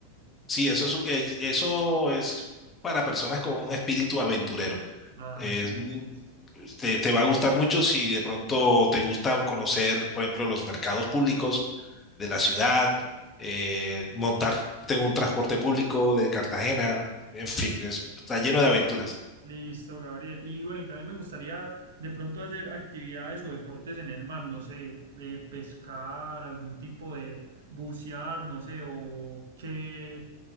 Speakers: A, on the left; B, on the right.
A: Sí, eso es, un- eh, eso es para personas con un espíritu aventurero.
B: Así
A: Es muy-
B: es.
A: te, te va a gustar mucho si de pronto te gusta conocer, por ejemplo, los mercados públicos de la ciudad, eh, montarte en un transporte público de Cartagena, en fin, es- está lleno de aventuras.
B: Listo, Gabriel. Y bueno, y también me gustaría de pronto hacer actividades o deportes en el mar, no sé, de pescar, algún tipo de bucear, no sé, o qué,